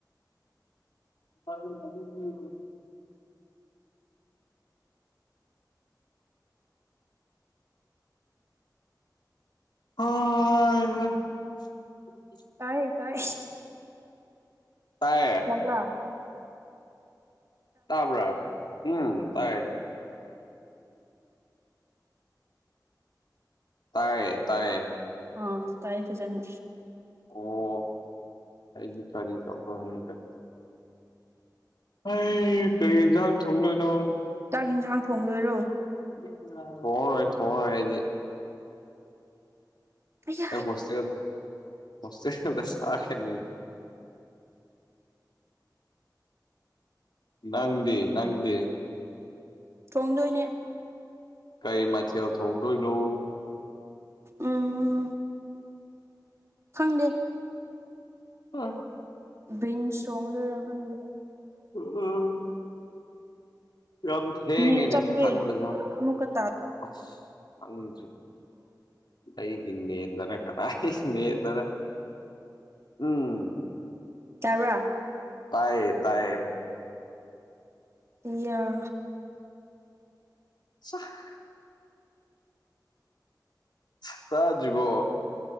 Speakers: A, on the left; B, on the right.
A: <unintelligible> <unintelligible>
B: ꯇꯥꯏꯌꯦ ꯇꯥꯏꯌꯦ <unintelligible>
A: ꯇꯥꯏꯌꯦ
B: ꯇꯕ꯭ꯔꯥ
A: ꯇꯥꯕ꯭ꯔꯥ ꯍꯨꯝ ꯇꯥꯏꯌꯦ ꯇꯥꯏꯌꯦ ꯇꯥꯏꯌꯦ
B: ꯑꯥ ꯇꯥꯏꯌꯦ ꯐꯖꯅ
A: ꯑꯣ ꯑꯩꯗꯤ ꯀꯔꯤ ꯇꯧꯈꯔꯝꯅꯤꯗ ꯑꯩ ꯀꯔꯤ ꯍꯦꯟꯖꯥꯡ ꯊꯣꯡꯗꯣꯏꯅꯣ
B: ꯆꯥꯛ ꯌꯦꯟꯁꯥꯡ ꯊꯣꯡꯗꯣꯏꯔꯣ
A: <unintelligible> ꯊꯣꯡꯉꯔꯣꯏ ꯊꯣꯡꯉꯔꯣꯏ ꯑꯩꯗꯤ
B: <unintelligible>
A: ꯑꯩ ꯍꯣꯁꯇꯦꯜ ꯍꯣꯁꯇꯦꯜꯗ ꯆꯥ ꯈꯔꯅꯤ ꯅꯪꯗꯤ ꯅꯪꯗꯤ
B: ꯊꯣꯡꯗꯣꯏꯅꯦ
A: ꯀꯩ ꯃꯊꯦꯜ ꯊꯣꯡꯗꯣꯏꯅꯣ
B: ꯎꯝ ꯈꯪꯗꯦ
A: <unintelligible>
B: ꯕꯤꯟꯁ ꯊꯣꯡꯗꯣꯏꯔꯥ ꯈꯪꯗꯦ
A: <unintelligible> ꯌꯥꯝ ꯊꯦꯡꯉꯦꯅꯦ
B: ꯅꯦꯠ ꯆꯞꯄꯦ
A: ꯍꯟꯕꯁꯨ
B: ꯑꯃꯨꯛꯀ ꯇꯥ
A: ꯑꯁ ꯈꯪꯗ꯭ꯔꯦ ꯑꯩꯒꯤ ꯅꯦꯠꯅꯔꯥ ꯀꯅꯥꯏ <unintelligible> ꯅꯦꯠꯅꯔꯥ ꯎꯝ
B: ꯇꯥꯕ꯭ꯔꯥ
A: ꯇꯥꯏꯌꯦ ꯇꯥꯏꯌꯦ
B: <unintelligible>
A: ꯆꯥꯍ <unintelligible> ꯇꯥꯗ꯭ꯔꯤꯕꯣ